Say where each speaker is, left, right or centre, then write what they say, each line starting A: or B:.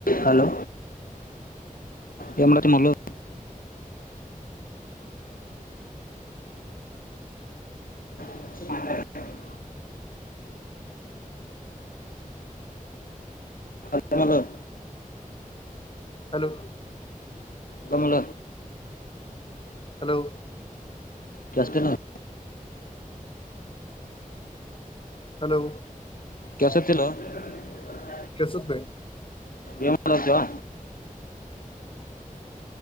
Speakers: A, on the left; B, on the left.
A: Hello ಯೇನ್ಮಾಡತಿ Mallu <inaudible> ಹಲಲೋ <unintelligible>
B: hello
A: Kamala
B: hello
A: ಕ್ಯಾಸ್ಟ್ಟೇನ್ನದ
B: hello
A: ಕೆಸ ತಿ <unintelligible>
B: ಕಸ ಭ <unintelligible>
A: ಏನ್ ಮಾಡೋತ್ತ್ಯವಾ